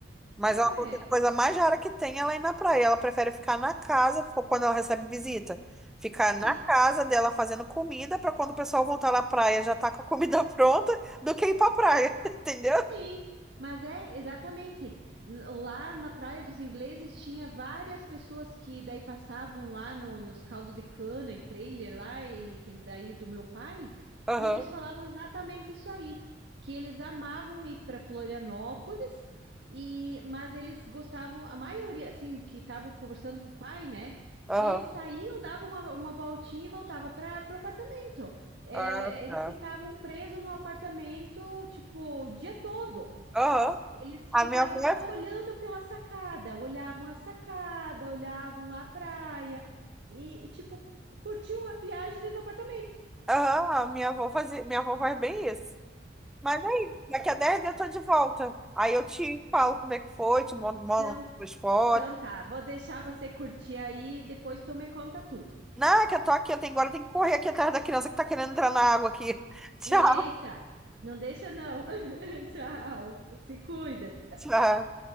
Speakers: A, in the centre; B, on the right.
A: Mas
B: é,
A: ela falou que a coisa mais rara que tem é ela ir na praia. Ela prefere ficar na casa fo- quando ela recebe visita. Ficar
B: sim.
A: na casa dela fazendo comida para quando o pessoal voltar na praia já tá com a comida <laughs> pronta do que ir pra praia, <laughs> entendeu?
B: E Sim, mas é exatamente. N- Lá na Praia dos Ingleses tinha várias pessoas que daí passavam lá no, nos caldos de cana e trailer lá, e que daí do meu pai,
A: Aham,
B: e eles falavam exatamente isso aí, que eles amavam ir para Florianópolis, e mas eles gostavam, a maioria, assim, que estava conversando com o pai, né?
A: aham.
B: Eles saíam, davam uma, uma voltinha e voltava para o apartamento é,
A: Ah,
B: eles
A: tá.
B: ficavam presos no apartamento, tipo, o dia todo.
A: Aham.
B: Eles
A: A
B: ficavam
A: minha avó, é
B: só
A: assim.
B: olhando pela sacada, olhavam a sacada, olhavam lá a praia e, e, tipo, curtiam a viagem dentro do apartamento.
A: aham, a minha avó fazia, minha avó faz bem isso. Mas aí, daqui a 10 dias eu tô de volta. Aí eu te falo como é que foi, te mando, mando
B: Então,
A: as fotos.
B: então tá, vou deixar você curtir aí, depois tu me conta tudo.
A: Não, é que eu tô aqui, eu tenho, agora eu tenho que correr aqui atrás da criança que tá querendo entrar na água aqui. <laughs> Tchau,
B: Eita, não deixa não. <laughs> Tchau, se cuida.
A: tchau.